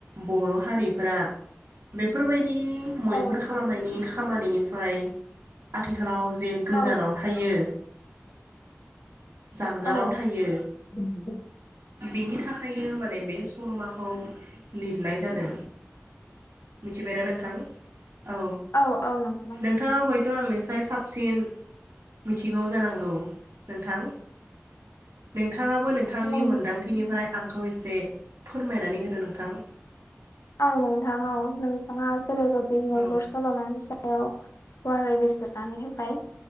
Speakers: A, on the right; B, on the left.
A: बर' हारिफोरा बेफोरबाय दि मैहुर
B: औ
A: खालामनायनि खामानिनि फ्राय आथिखालाव जे गोजानाव
B: औ
A: थायो जानगाराव
B: औ
A: थायो
B: औ
A: बेनि थाखायनो माने बे सल'माखौ लिरनाय जा दों मिथिबायना नोंथां? औ
B: औ औ नोंथां
A: नोंथाङा हय थ' आंनिस्राय साबसिन मिथिगौ जानांगौ नोंथां नों थाङाबो नोंथांनि
B: नों
A: मोनदांथिनिफ्राय आंखौ एसे फोरमायनानै होदो नोंथां।
B: औ नोंथां औ नोंथाङा <unintelligible>
A: औ
B: सल'मानि सायाव। गुवारै बिजिरनानै होबाय।